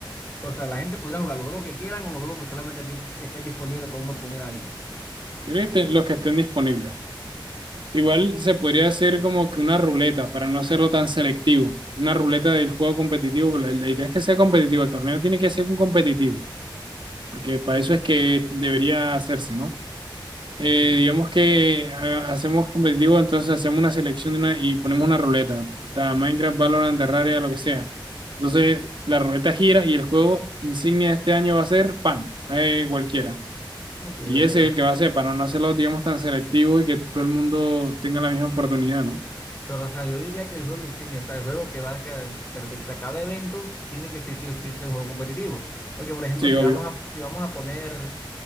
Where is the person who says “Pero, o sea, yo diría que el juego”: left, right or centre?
Left